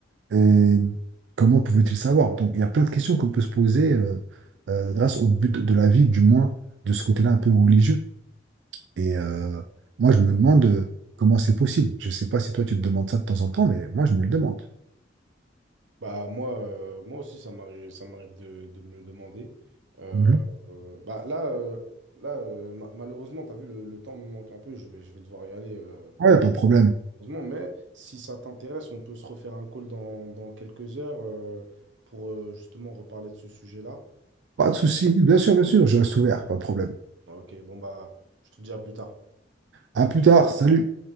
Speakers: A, on the right (about 70°); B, on the right (about 85°).
A: Et comment pouvait-il savoir? Donc, il y a plein de questions qu'on peut se poser euh, euh, grâce au but de la vie, du moins de ce côté-là un peu religieux. Et euh, moi, je me demande euh, comment c'est possible. Je ne sais pas si toi, tu te demandes ça de temps en temps, mais moi, je me le demande.
B: Bah, moi, euh, moi aussi, ça m'arrive, ça m'arrive de, de me le demander. Euh,
A: Mhm.
B: euh, bah, là, euh, là euh, ma- malheureusement, tu as vu, le, le temps me manque un peu, je vais, je vais devoir y aller. euh,
A: Ouais, pas de problème.
B: Heureusement, mais si ça t'intéresse, on peut se refaire un call dans, dans quelques heures euh, pour euh, justement reparler de ce sujet-là.
A: Pas de souci. Bien sûr, bien sûr, je reste ouvert, pas de problème.
B: Ok, bon bah, je te dis à plus tard.
A: À plus tard, salut.